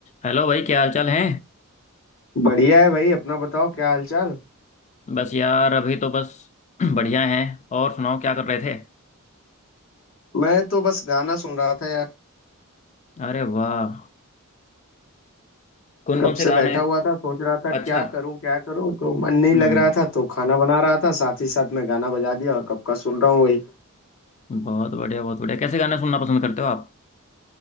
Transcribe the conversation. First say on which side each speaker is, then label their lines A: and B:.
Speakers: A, on the left; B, on the left.
A: Hello भाई क्या हाल चाल है
B: बढ़िया है भाई अपना बताओ क्या हालचाल
A: बस यार अभी तो बस <clears throat> बढ़िया हैं और सुनाओ क्या कर रहे थे
B: मैं तो बस गाना सुन रहा था यार
A: अरे वाह कौन
B: कब
A: कौन से
B: से
A: गाने
B: बैठा हुआ था सोच रहा था क्या
A: अच्छा
B: करूं क्या करूं तो मन नहीं
A: हम्म
B: लग रहा था तो खाना बना रहा था साथ ही साथ मैं गाना बजा दिया और कब का सुन रहा हूँ वही
A: बहुत बढ़िया बहुत बढ़िया कैसे गाने सुनना पसंद करते हो आप